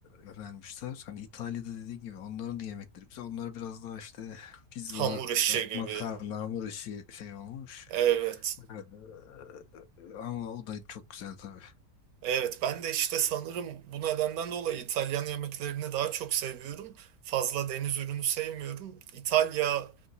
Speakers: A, on the left; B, on the right.
A: yönelmişler. Hani İtalya'da dediğin gibi onların da yemekleri güzel. Onlar biraz daha işte pizza,
B: Hamur işi gibi,
A: makarna, hamur işi şey olmuş.
B: evet.
A: Ee, ama o da çok güzel tabii.
B: Evet, ben de işte sanırım bu nedenden dolayı İtalyan yemeklerini daha çok seviyorum. Fazla deniz ürünü sevmiyorum. İtalya